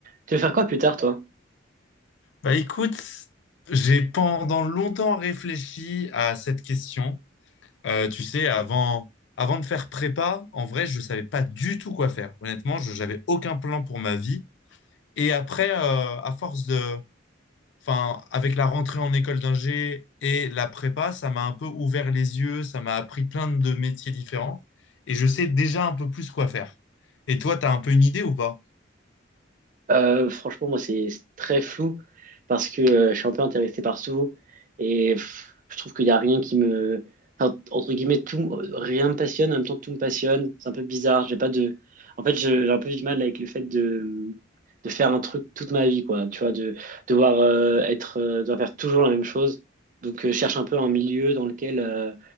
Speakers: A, on the right; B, on the left.
A: Tu veux faire quoi plus tard, toi?
B: Bah écoute, j'ai pendant longtemps réfléchi à cette question. Euh, tu sais, avant, avant de faire prépa, en vrai, je savais pas du tout quoi faire. Honnêtement, je j'avais aucun plan pour ma vie. Et après, euh, à force de, enfin, avec la rentrée en école d'ingé et la prépa, ça m'a un peu ouvert les yeux, ça m'a appris plein de métiers différents. Et je sais déjà un peu plus quoi faire. Et toi, t'as un peu une idée ou pas?
A: Euh, franchement, moi, c'est c'est très flou parce que euh, je suis un peu intéressé par tout et pff, je trouve qu'il n'y a rien qui me... enfin, entre guillemets, tout, rien me passionne, en même temps, tout me passionne. C'est un peu bizarre. J'ai pas de... En fait, je- j'ai un peu du mal avec le fait de, de faire un truc toute ma vie, quoi. Tu vois, de devoir euh, être, euh, devoir faire toujours la même chose. Donc, euh, je cherche un peu un milieu dans lequel euh,